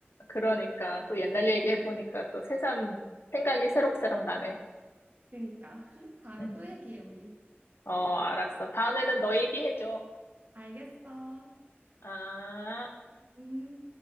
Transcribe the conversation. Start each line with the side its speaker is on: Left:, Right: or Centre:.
Left: 그러니까 또 옛날 얘기
Right: 어.
Left: 해보니까 또 새삼 생각이 새록새록 나네.
Right: 그니까 <laughs> 다음에
Left: <laughs>
Right: 또 얘기해 우리.
Left: 어, 알았어. 다음에는 너 얘기해줘.
Right: 알겠어.
Left: 아.
Right: 음.